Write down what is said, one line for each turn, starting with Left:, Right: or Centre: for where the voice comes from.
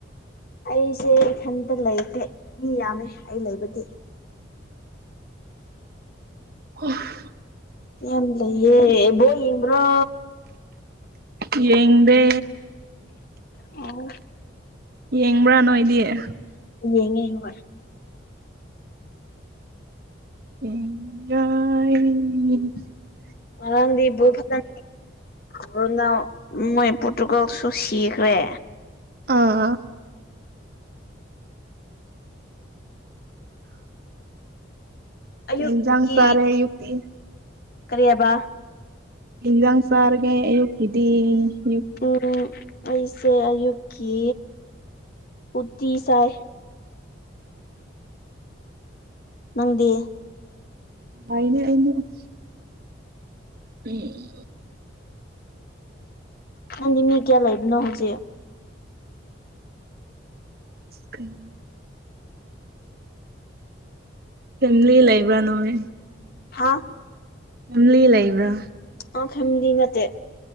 Left: ꯑꯩꯁꯦ ꯏꯊꯟꯇ ꯂꯩꯇꯦ ꯃꯤ ꯌꯥꯝꯃꯦ ꯑꯩ ꯂꯩꯕꯗꯤ
Right: ꯑꯣꯐ
Left: ꯌꯦꯟ ꯂꯩꯌꯦꯦ ꯕꯣꯕ꯭ꯔꯣ
Right: ꯌꯦꯗꯦ
Left: ꯑꯣ
Right: ꯌꯦꯡꯕ꯭ꯔꯥꯅꯣ ꯏꯗꯤꯦ
Left: ꯌꯦꯡꯉꯦ ꯍꯣꯏ
Right: ꯏ
Left: ꯑꯥꯡꯗꯤ ꯄ ꯈꯦ ꯀꯣꯅꯥ ꯃꯣꯏ ꯄꯣꯔꯇꯨꯒꯥꯜꯁꯨ ꯁꯤꯈ꯭ꯔꯦ
Right: ꯑꯥ
Left: ꯑꯌꯨꯛꯀꯤ
Right: ꯀꯖꯥꯡ ꯁꯔꯦ ꯌꯨꯛꯇꯤ
Left: ꯀꯔꯤ ꯍꯥꯏꯕ
Right: ꯏꯟꯖꯥꯡ ꯁꯥꯔꯒꯦ ꯑꯌꯨꯛꯀꯤꯗꯤ ꯑꯌꯨꯛ
Left: ꯎꯝ ꯑꯩꯁꯦ ꯑꯌꯨꯛꯀꯤ ꯎꯇꯤ ꯁꯥꯏ ꯅꯪꯗꯤ
Right: ꯗꯤ ꯎꯝ
Left: ꯅꯪꯗꯤ ꯃꯤ ꯀꯌꯥ ꯂꯩꯕꯅꯣ ꯍꯧꯖꯤꯛ
Right: ꯀꯝ ꯐꯦ ꯂꯥꯏꯕ꯭ꯔ ꯅꯣꯏ
Left: ꯍꯥꯥ
Right: ꯑꯂꯤ ꯂꯩꯕ꯭ꯔꯥ
Left: ꯑ ꯍꯝꯗꯅꯠꯇꯦ